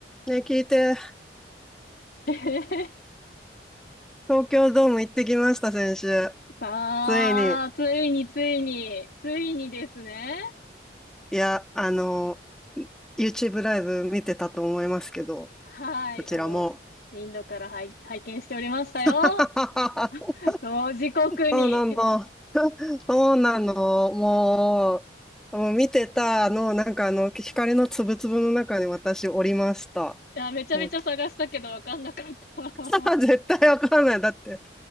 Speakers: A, in the centre; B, on the left (about 55°).
A: ね、聞いて、
B: えへへ
A: 東京ドーム行ってきました、先週。
B: さあ、
A: ついに、
B: ついについに、ついにですね。
A: いや、あの、YouTube ライブ見てたと思いますけど、
B: はい、
A: そちらも。
B: あの、インドから拝、拝見しておりましたよ。
A: <laughs>
B: 同時刻に。
A: そうなの、
B: い
A: そうなの、もう、もう見てたあの、なんかあの、光のつぶつぶの中に私おりました。
B: や、めちゃめちゃ探したけどわかんなかった。
A: もう、
B: <laughs>
A: <laughs> 絶対わかんない。だって、